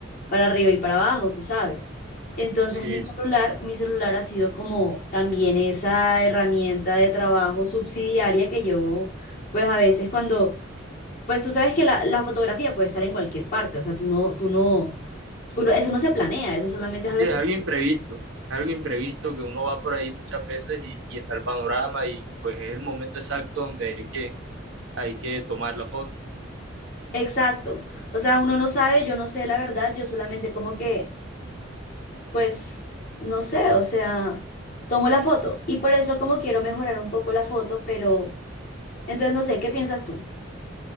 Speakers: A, on the left; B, on the right.
A: para arriba y para abajo, tú sabes. Entonces
B: Sí,
A: mi celular,
B: sí.
A: mi celular ha sido como también esa herramienta de trabajo subsidiaria que yo, pues a veces cuando, pues tú sabes que la, la fotografía puede estar en cualquier parte, o sea, tú no, tú no, uno- eso no se planea, eso solamente es algo
B: Sí, Es
A: que...
B: algo imprevisto. Es algo imprevisto que uno va por ahí muchas veces y, y está el panorama y pues es el momento exacto donde hay que, hay que tomar la foto.
A: Exacto. O sea, uno no sabe, yo no sé la verdad, yo solamente como que pues no sé, o sea, tomo la foto y por eso como quiero mejorar un poco la foto, pero entonces no sé, ¿qué piensas tú?